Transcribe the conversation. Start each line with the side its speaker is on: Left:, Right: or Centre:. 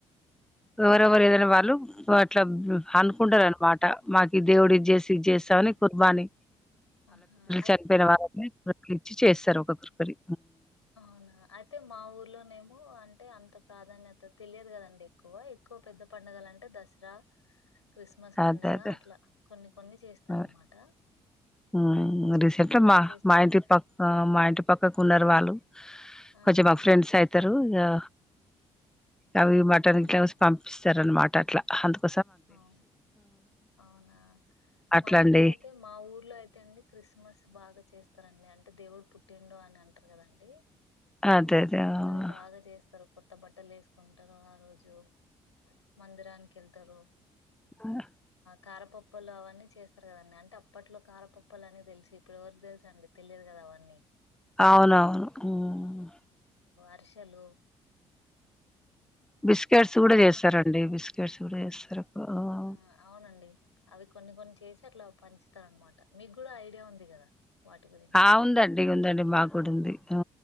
Centre: ఎవరెవరు ఏదైనా వాళ్ళు ఇట్లా అనుకుంటారనమాట్ మాకు దేవుడి ఇది చేసి ఇది చేస్తా అని కుర్బానీ
Left: ఆహా అయితే
Centre: చన్పోయిన వా ఇచ్చి చేస్తారు ఒక కృపరి
Left: అవునా అయితే మా ఊర్లోనేమో అంటే అంత ప్రాధాన్యత తెలియదు కదండి. ఎక్కువ ఎక్కువ పెద్ద పండుగలు అంటే దసరా క్రిస్మస్ పండగ
Centre: అదే అదే
Left: అట్లా కొన్ని కొన్ని చేస్తారు
Centre: ఆ!
Left: అనమాట.
Centre: హ్మ్ రీసెంట్ మా
Left: చేస్తారండి
Centre: మా ఇంటి పక్క మా ఇంటి పక్కకు ఉన్నారు. వాళ్ళు
Left: ఆహా
Centre: కొంచం మా ఫ్రెండ్స్ అయితరు. యా. అవి మటన్
Left: అవును
Centre: పంపి. ఇస్తరనమాట అట్లా అందుక్
Left: అవును అవునా
Centre: అట్లా
Left: మా దగ్గర
Centre: అండి
Left: అయితే మా ఊర్లో అయి తే అండి క్రిస్మస్ బాగా చేస్తారండి అంటే దేవుడు పుట్టిండు అని అంటారు కదండి.
Centre: అదే అదే హా.
Left: అది బాగా చేస్తారు కొత్త బట్టలు వేసుకుంటారు ఆ రోజు మందిరానికి వెళ్తారు.
Centre: ఆహ.
Left: కారపప్పాలు అవన్నీ చేస్తారు కదండి అంటే అప్పట్లో కారపప్పాలు అనె తెలుసు ఇప్పుడు ఎవరికి తెలుసండి తెలియదు కదా అవన్నీ.
Centre: అవును అవును హ్మ్.
Left: హర్షలు.
Centre: బిస్కెట్స్ కూడా చేస్తారండి బిస్కెట్స్ కూడా చేస్తారు. ఆహ్,
Left: ఆహా అవునండి అవి కొన్ని కొన్ని చేసి అట్లా పంచుతారనమాట మీకు కూడా ఐడియా ఉంది కదా. వాటి గురించి
Centre: ఆ ఉంది అండి ఉంది అండి మాకు కూడా ఉంది హు.